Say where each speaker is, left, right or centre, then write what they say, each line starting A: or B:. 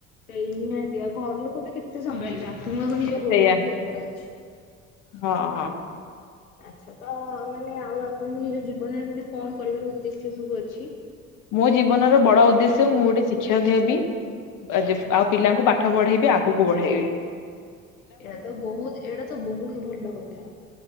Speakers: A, on the left (about 80°); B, on the left (about 45°).
A: ସେଇ ନିହାତି ଆଉ ଘର ଲୋକ ବି କେତେ ସମ୍ଭାଳିବା। ତୁମକୁ ନିଜ ଗୋଡ଼ରେ
B: ସେଇଆ
A: ଠିଆହବାର ଅଛି।
B: ହଁ ହଁ
A: ଆଚ୍ଛା ତ ମାନେ ଆଉ ଆପଣ ନିଜ ଜୀବନରେ ମାନେ କଣ କରିବାର ଉଦ୍ଦେଶ୍ୟ ସବୁ ଅଛି?
B: ମୋ ଜୀବନର ବଡ ଉଦ୍ଦେଶ୍ୟ ମୁଁ ଗୋଟେ ଶିକ୍ଷକ ହେବି। ଆ ଯେ
A: ଆଚ୍ଛା
B: ଆଉ ପିଲାଙ୍କୁ ପାଠ ପାଠ ବଢ଼େଇବି ଆଗକୁ ବଢ଼େଇବି।
A: ଏଇଟା ତ ବୋହୁତ ଏଇଟା ତ ବୋହୁତ ଭଲ କଥା।